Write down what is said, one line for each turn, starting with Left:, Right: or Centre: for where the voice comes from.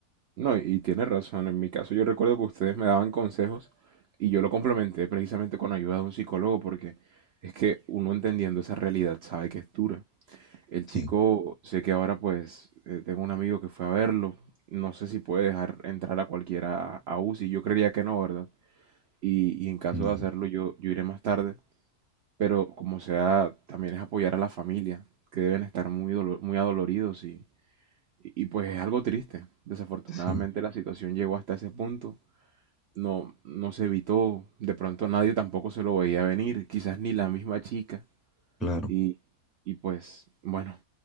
Right: No, y y tienes razón. En mi caso, yo recuerdo que ustedes me daban consejos y yo lo complementé precisamente con ayuda de un psicólogo porque es que uno entendiendo esa realidad sabe que es dura. El chico,
Centre: Sí,
Right: sé que ahora pues eh, tengo un amigo que fue a verlo. No sé si puede dejar entrar a cualquiera a UCI. Yo creería que no, ¿verdad? Y, y en caso
Centre: no,
Right: de hacerlo, yo, yo iré más tarde. Pero como sea, también es apoyar a la familia, que deben estar muy, dolo- muy adoloridos y, y y, pues es algo triste. Desafortunadamente
Centre: sí,
Right: la situación llegó hasta ese punto. No, no se evitó. De pronto nadie tampoco se lo veía venir. Quizás ni la misma chica.
Centre: claro.
Right: Y, y pues, bueno,